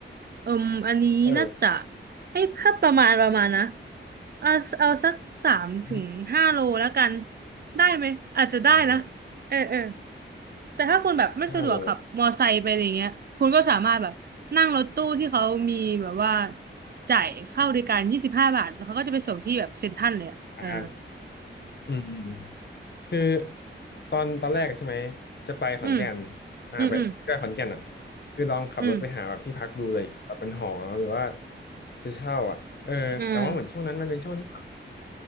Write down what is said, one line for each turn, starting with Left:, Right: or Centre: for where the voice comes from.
Right: เอิมอันนี้น่าจะ
Left: เออ
Right: ให้เพิ่มประมาณประมาณนะเอาเอาสักสามถึงห้าโลแล้วกัน
Left: อม
Right: ได้ไหมอาจจะได้นะ
Left: อ่า
Right: เออเออแต่ถ้าคุณแบบไม่สะดวกขับมอไซค์ไปอะไรเงี้ยคุณก็สามารถแบบนั่งรถตู้ที่เขามีแบบว่า
Left: ห้าโล
Right: จ่ายเข้าบริการยี่สิบห้าบาทแล้วเขาก็จะไปส่งที่แบบเซ็นทรัลเลยอ่ะเออ
Left: อ่าอืมอืมอืมคือตอนตอนแรกอะใช่ไหมจะไปขอนแก่น
Right: อืม
Left: อ่าไปไปขอนแก่นอ่ะ
Right: อืมอืม
Left: คือลองขับรถไปหาแบบที่พักดูเลยแบบเป็นหอหรือว่า
Right: อืม
Left: จะเช่าอ่ะเออแต่ว่าเหมือนช่วงนั้นมันเป็นช่วงที่
Right: อืม